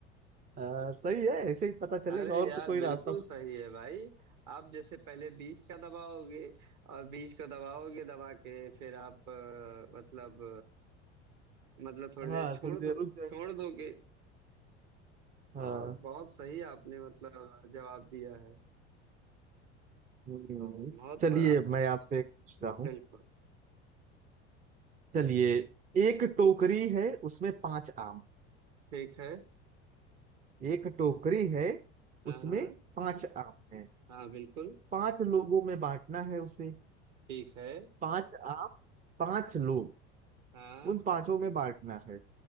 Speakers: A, on the right; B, on the right.
A: हाँ, सही है ऐसे ही पता चलेगा
B: अरे
A: और
B: यार
A: तो कोई
B: बिल्कुल
A: रास्ता मुझे
B: सही है भाई आप जैसे पहले बीज का दबाओगे और बीज को दबाओगे दबा के फिर आप अ, मतलब मतलब थोड़ी
A: नहीं-
B: देर
A: हाँ
B: छोड़
A: थोड़ी
B: दो
A: देर रुक जाए
B: छोड़ दोगे
A: हाँ
B: और बहुत सही आपने मतलब जवाब दिया है
A: हम्म,
B: तो बहुत
A: चलिए
B: म- अच्छा
A: मैं आपसे एक पूछता हूँ
B: बिल्कुल
A: चलिए एक टोकरी है उसमें पांच आम
B: ठीक है
A: एक टोकरी है
B: हाँ
A: उसमें
B: हाँ
A: पांच आम है
B: हाँ बिल्कुल
A: पांच लोगों में बांटना है उसे
B: ठीक है
A: पांच आम पांच लोग
B: हाँ
A: उन पांचों में बांटना है